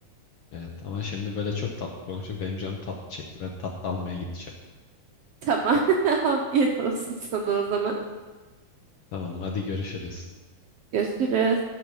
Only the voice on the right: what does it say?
Tamam. <laughs> Afiyet olsun sana o zaman.
Görüşürüz.